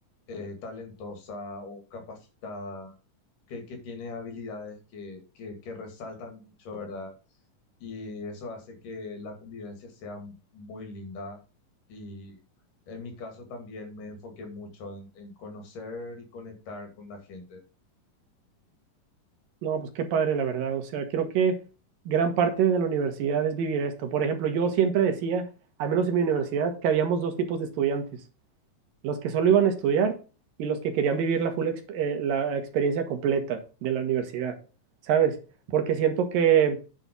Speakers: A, on the left (about 70°); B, on the right (about 80°).
A: eh, talentosa o capacitada, que, que tiene habilidades que, que, que resaltan mucho, ¿verdad? Y eso hace que la convivencia sea muy linda y en mi caso también me enfoqué mucho en en conocer y conectar con la gente.
B: No, pues qué padre, la verdad. O sea, creo que gran parte de la universidad es vivir esto. Por ejemplo, yo siempre decía, al menos en mi universidad, que habíamos dos tipos de estudiantes, los que solo iban a estudiar y los que querían vivir la full exp- eh, la experiencia completa de la universidad, ¿sabes? Porque siento que